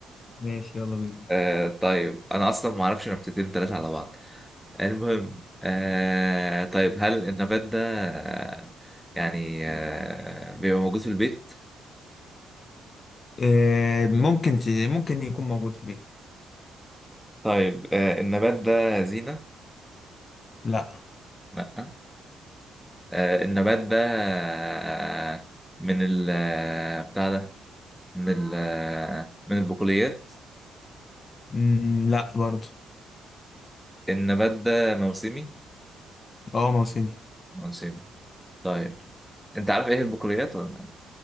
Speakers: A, on the left; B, in the centre.
A: ماشي يلا بينا
B: آه، طيب انا اصلا ما اعرفش نبتتين ثلاثه على بعض المهم آه طيب هل النبات ده آه يعني آه بيبقى موجود في البيت؟
A: آه، ممكن ت... ممكن يكون موجود في البيت
B: طيب آه النبات ده زينة؟
A: لا
B: لأ آه النبات ده آه من ال آه، بتاع ده من ال آه، من البقوليات
A: مم، لا برضو
B: النبات ده موسمي؟
A: اه موسمي
B: موسمي طيب انت عارف ايه البقوليات ولا؟